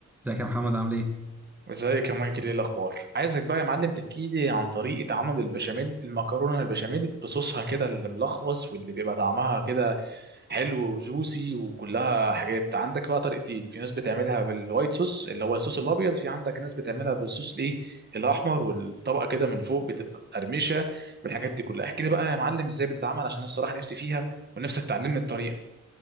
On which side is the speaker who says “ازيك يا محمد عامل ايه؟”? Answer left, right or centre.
Centre